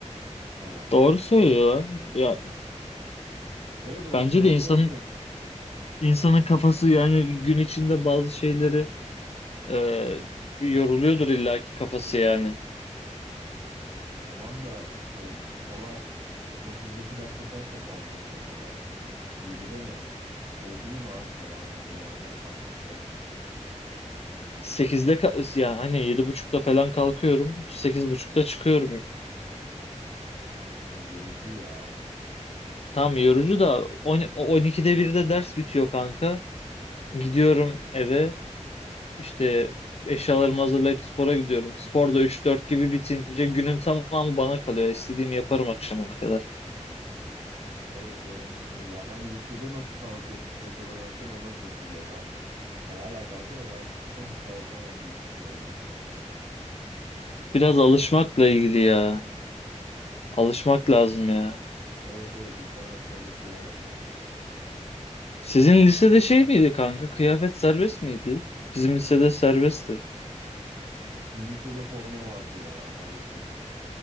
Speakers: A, on the right; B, on the left.
A: falan.
B: Doğru
A: Ha,
B: söylüyorlar.
A: o aç.
B: Ya
A: Evet o
B: Bence
A: açıdan
B: de insanın
A: doğru.
B: insanın kafası yani gün içinde bazı şeyleri e, yoruluyordur illaki kafası yani.
A: E, tamam da işte sabah dokuzdaki derse kaçta kalkıyorsun mesela? yedide mi? Zor değil mi abi sabah o kadar erken kalkmak falan?
B: sekizde ka- yani hani yedi buçukta falan kalkıyorum. sekiz buçukta çıkıyorum.
A: Ha, yorucu ya.
B: Tam yorucu
A: Yani
B: da on- 12'de birde ders bitiyor kanka. Gidiyorum eve işte eşyalarımı hazırlayıp spora gidiyorum. Spor da 3-4 gibi bitince günün tamamı bana kalıyor. İstediğimi yaparım akşama kadar.
A: evet öğrenmen iyi. Ya ben lisede nasıl kalkıyormuşuz o kadar erken ona şaşırıyorum. Ben, sen hala kalkıyorsun da ben şu an kalkamam büyük ihtimalle.
B: Biraz alışmakla
A: Yani
B: ilgili ya. Alışmak lazım ya.
A: Evet evet insan her şeye alışıyor valla.
B: Sizin lisede şey miydi kanka? Kıyafet serbest miydi? Bizim lisede serbestti.
A: Bizim lisede forma vardı ya maalesef.